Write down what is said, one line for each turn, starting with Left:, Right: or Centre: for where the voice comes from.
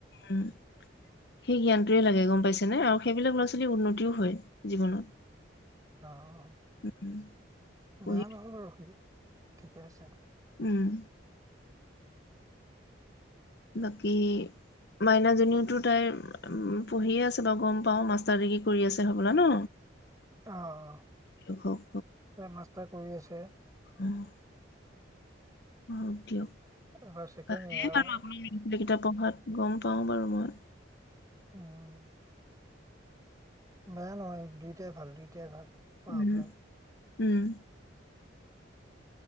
Left: উম, সেই জ্ঞানটোৱে লাগে গম পাইছে নে আৰু সেইবিলাক ল'ৰা ছোৱালীৰ উন্নতিও হয় জীৱনত।
Right: অ',
Left: উম- উম। পঢ়ি
Right: বেয়া নহয় বাৰু সি, ঠিকেই আছে।
Left: উম। বাকী মাইনাজনীউতো তাইৰ পঢ়িয়ে আছে বাৰু গম পাও, মাষ্টাৰ ডিগ্ৰী কৰি আছে হ'বলা ন।
Right: অ'। <unintelligible>
Left: হওক হওক
Right: হয়, কৰি আছে।
Left: উম্। অ', দিয়ক।
Right: এবাৰ ছেকেণ্ড
Left: <unintelligible>
Right: ইয়েৰ আৰু।
Left: পঢ়াত গম পাওঁ বাৰু মই।
Right: উম। বেয়া নহয়, দুইটাই ভাল দুইটাই ভাল। পঢ়া-শুনাত।
Left: উম উম।